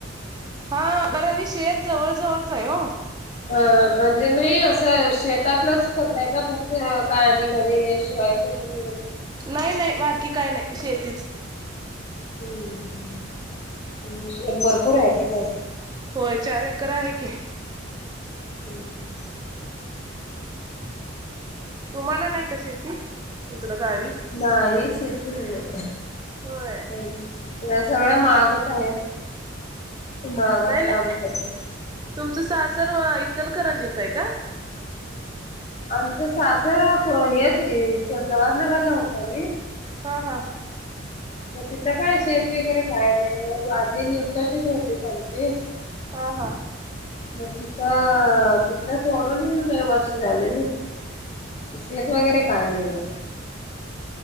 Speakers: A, on the right; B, on the left.
A: हा घर अणी शेत जवळ जवळचाय ओ.
B: हा म्हणजे नई असं शेतातलंच फोडताय काय फक्त काय. आणि घरी शिवायचं ते न वगैरे.
A: नाय नाय बाकी काय नाय शेतीच.
B: हम्म हम्म म शेत भरपूर हाय का काय?
A: होय चार एकर आहे की.
B: हम.
A: ऊम्म. तुम्हाला नाय का शेती इकडं गावी?
B: नाही शेती नईये.
A: होय.
B: -कडे सगळं मागंच आहेत ते मागात
A: नाही नाही
B: काम करत्यात.
A: तुमचं सासर अं इचलकरंजीचंय का?
B: आमचं सासर प हेचे जवाहरनगरला होतं आम्ही.
A: हा हां.
B: म तिथं काय शेत वगैरे काय नाय मंग आधी <unintelligible> होतीत आमची.
A: ह हां
B: म तिथं तिथलं सोडून यीऊन लय वर्ष झाले नई. म शेत वगैरे काय नाईये.